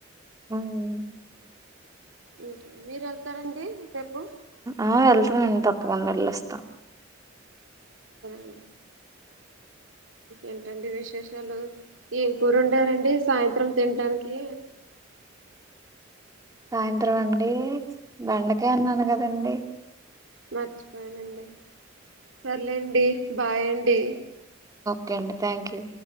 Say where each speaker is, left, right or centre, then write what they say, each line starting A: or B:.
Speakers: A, on the right (about 20°); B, on the right (about 65°).
A: అవునా
B: ఇంకే మీరు వెళ్తారండి రేపు
A: ఆ వెళ్తామండి తప్పకుండా వెళ్ళోస్తా
B: ఉమ్ ఏంటండి విశేషాలు ఏం కూర వండారండి సాయంత్రం తింటానికి
A: సాయంత్రం అండి బెండకాయ అన్నాను కదండి
B: మర్చిపోయానండి సర్లేండి బాయండి
A: కే అండి థ్యాంక్ యూ